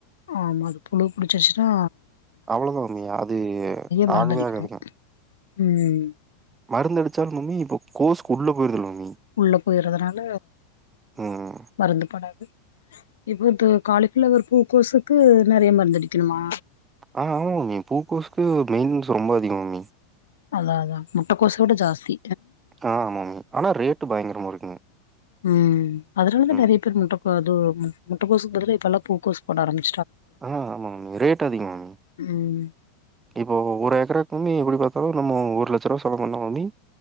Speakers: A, on the left; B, on the right.
A: ஆமா அது புழு புடிச்சிருச்சின்னா
B: அவ்ளவுதான் இனியா அது
A: மருந்து
B: ஆகவே
A: அடிக்கணு
B: ஆகாதுங்க
A: ம்
B: மருந்து அடிச்சாலும் கோசுக்கு உள்ள போயிருக்கும்
A: உள்ள போறதுனால
B: ம்
A: மருந்து போகாது இப்ப காலிபிளவருக்கு ஒரு கோசுக்கு நிறைய மருந்து அடிக்கணுமா
B: ஆஹ் ஆமா மேம் பூக்கோசுக்கு மெயின்டன்ஸ் ரொம்ப அதிகம் மேம்
A: அழாதுதான் முட்டக்கோசோட ஜாஸ்தி
B: ஆ ஆமாம்மி ஆனா ரேட்டு பயங்கரமா இருக்குங்க
A: உம் அதனாலதான்
B: ம்
A: நிறைய பேர் முட்டைக்கோசு முட்டக்கோசு இப்பல்லாம் பூக்க ஆரம்பச்சிடுச்சு
B: ஆமா மேம் ஆமா ரேட் அதிகம் மேம்
A: ம்
B: இப்போ ஒரு ஏக்க மம்மி எப்படி பார்த்தாலும் நம்ம ஒரு ஓலச்சரூவா செலவு பண்ணா மம்மி